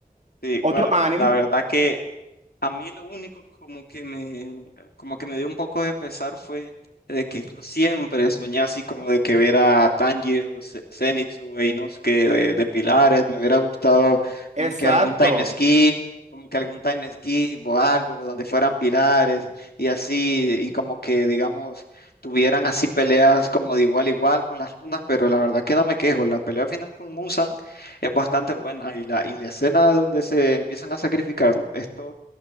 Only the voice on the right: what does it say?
Otro
anime,
exacto.